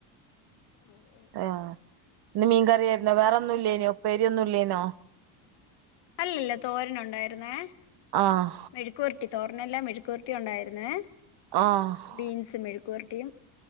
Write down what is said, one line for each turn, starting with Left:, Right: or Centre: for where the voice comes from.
Left: ഉം ഓ ഓ ഓ
Right: ആഹ ഇന്ന് മീൻകറിയായിരുന്നോ വേറെ ഒന്നുല്ലേനൊ ഉപ്പേരിയൊന്നും ല്ലേന്നോ
Left: അല്ലല്ല തോരനുണ്ടായിരുന്നേ
Right: ആഹ്
Left: മെഴുക്ക്‌വരറ്റി തോരനല്ല മെഴുക്ക്‌വരറ്റി ഉണ്ടായിര്ന്നേ
Right: ആഹ
Left: ബീൻസ് മെഴുക്ക്‌വരറ്റിയും